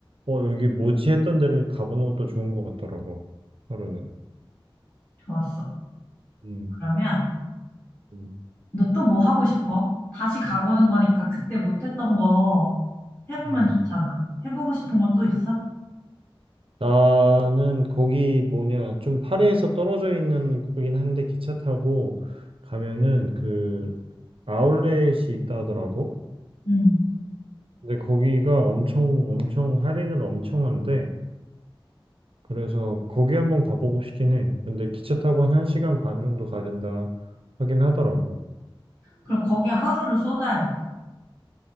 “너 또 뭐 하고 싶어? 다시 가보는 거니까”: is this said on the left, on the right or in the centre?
Left